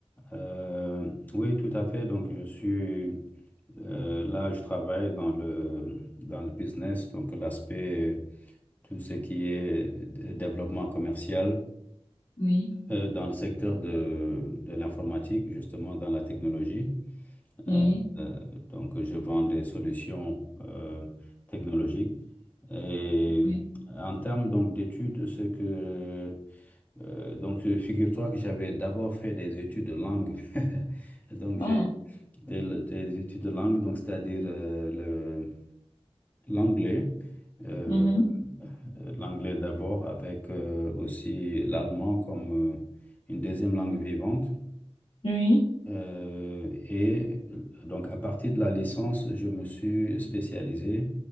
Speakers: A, on the left; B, on the left.
A: Euh, oui, tout à fait. Donc, je suis euh, là, je travaille dans le, dans le business, donc l'aspect, tout ce qui est d- développement commercial
B: Oui.
A: euh, dans le secteur de, de l'informatique, justement dans la technologie.
B: Oui,
A: Euh, euh, donc, je vends des solutions euh, technologiques. Et
B: oui.
A: en termes donc d'études, ce que Euh, donc, figure-toi que j'avais d'abord fait des études de langue. <laughs> Donc,
B: Oh,
A: j'ai des, des études de langue, donc c'est-à-dire euh, le- l'anglais. Euh,
B: mhm.
A: l'anglais d'abord avec euh, aussi l'allemand comme euh, une deuxième langue vivante.
B: Oui,
A: Euh, et donc, à partir de la licence, je me suis spécialisé